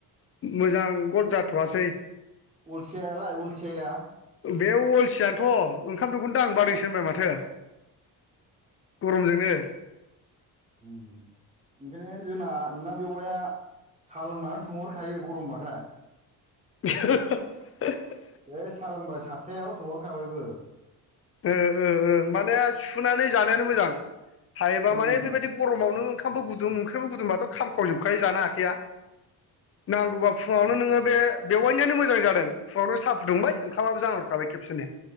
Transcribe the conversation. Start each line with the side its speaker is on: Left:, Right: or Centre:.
Left: मोजां गद जाथ'वासै
Right: अलसियालाय अलसियाया
Left: बे अलसियाथ' ओंखाम दोखौनो दांनो बादोंसो होनबाय माथो गरमजोंनो
Right: अम ओंखायनो जोंना बेववाया साहा लोंनानै सोंहरखायो गरमबाथाय
Left: <inaudible>
Right: जै साह लोंबाय सातथायाव सोंहरखाबायबो
Left: ओ ओ ओ माने सुनानै जानायानो मोजां। हायोबा
Right: उम
Left: मान बेबायदि गरमाव ओंखाम गुदुं ओंखामबो गुुंबाथ' खामखावजोबखायो जानो हाखाया नांगौबा फुंङावनो नोंङो बे बेवाइनियानो मोजां जादों फुंवानो साहा फुदुंबाय ओंखामाबो जानहरखाबाय खेबसेनो